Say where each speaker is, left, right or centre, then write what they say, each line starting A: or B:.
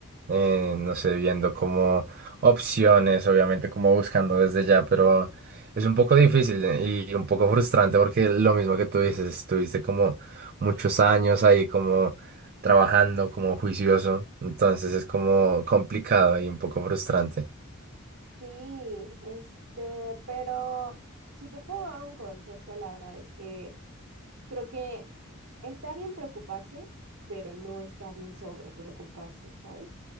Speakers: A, on the right; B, on the right.
A: eh, no sé, viendo como opciones, obviamente como buscando desde ya, pero es un poco difícil eh, y un poco frustrante porque lo mismo que tú dices, estuviste como muchos años ahí como trabajando, como juicioso, entonces es como complicado y un poco frustrante.
B: Sí, este, pero si te puedo dar un consejo, la verdad es que Creo que está bien preocuparse, pero no está bien sobre preocuparse, ¿sabes?